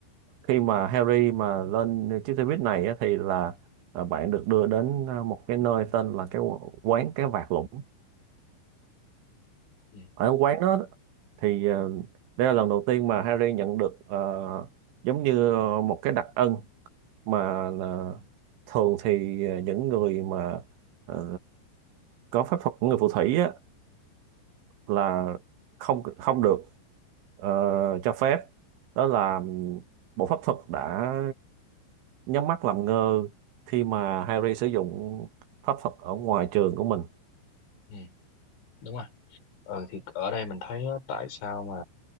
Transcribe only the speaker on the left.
ừ,
ừ. Đúng rồi. Ờ, thì ở đây mình thấy á, tại sao mà